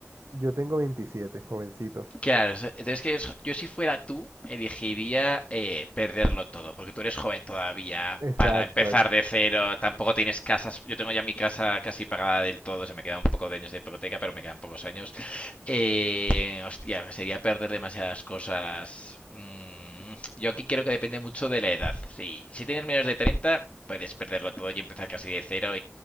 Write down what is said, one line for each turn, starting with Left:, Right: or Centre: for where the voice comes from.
Right: Yo tengo veintisiete jovencito.
Left: Claro, es- entonces que es- yo si fuera tú, elegiría eh, perderlo todo, porque tú eres joven todavía,
Right: Exacto.
Left: para empezar de cero, tampoco tienes casas, yo tengo ya mi casa casi pagada del todo, se me quedan un poco de años de hipoteca, pero me quedan pocos años. Eh, hostia, sería perder demasiadas cosas. Mm, yo aquí creo que depende mucho de la edad. Si, si tienes menos de 30 puedes perderlo todo y empezar casi de cero